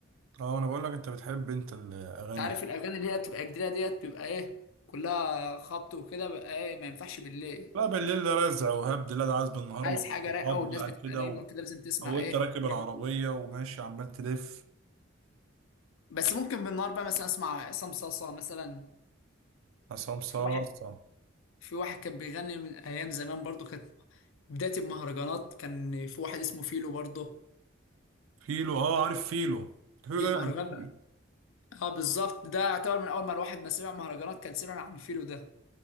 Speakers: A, on the right; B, on the left.
A: اه انا بقول لك انت بتحب انت الاغاني
B: انت عارف
A: دي.
B: الاغاني اللي هي بتبقى جديده ديت بتبقى ايه كلها خبط وكده بقى ايه ما ينفعش بالليل
A: لا بالليل ده رزع وهبد لا ده عايز بالنهار
B: عايز
A: مع
B: حاجه
A: الصحاب
B: رايقه والناس
A: بقى
B: بتبقى
A: كده
B: نايمه
A: و...
B: وكده لازم تسمع
A: او انت
B: ايه
A: راكب العربيه
B: هدوء
A: وماشي عمال تلف
B: بس ممكن بالنهار بقى مثلا اسمع عصام صاصا مثلا
A: عصام صاصه
B: في واحد في واحد كان بيغني من ايام زمان برضو كانت بداية المهرجانات كان في واحد اسمه فيلو برضه
A: فيلو اه عارف فيلو فيلو
B: دي
A: ده
B: المهرجان
A: قديم
B: ده اه بالظبط ده اعتبر من اول ما الواحد ما سمع مهرجانات كان سمع عن فيلو ده